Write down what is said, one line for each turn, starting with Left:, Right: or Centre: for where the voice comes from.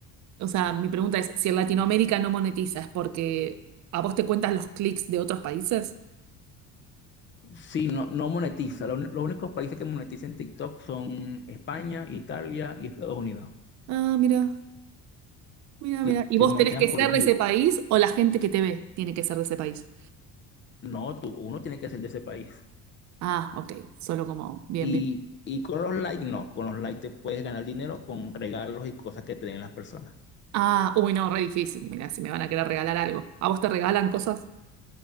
Right: o sea, mi pregunta es, si en Latinoamérica no monetizas, porque a vos te cuentan los clics de otros países.
Left: Sí, no, no monetiza. Lo- los únicos países que monetizan TikTok son España, Italia y Estados Unidos,
Right: Ah, mira, mira,
Left: que,
Right: mira. ¿Y
Left: que
Right: vos
Left: monetizan
Right: tenés que ser
Left: por
Right: de
Left: view.
Right: ese país o la gente que te ve tiene que ser de ese país?
Left: No, tú, uno tiene que ser de ese país.
Right: Ah, ok, solo como, bien,
Left: Y,
Right: bien.
Left: y con los likes, no, con los likes te puedes ganar dinero con regalos y cosas que te den las personas.
Right: Ah, uy, no, re difícil. Mira, si me van a querer regalar algo. ¿A vos te regalan cosas?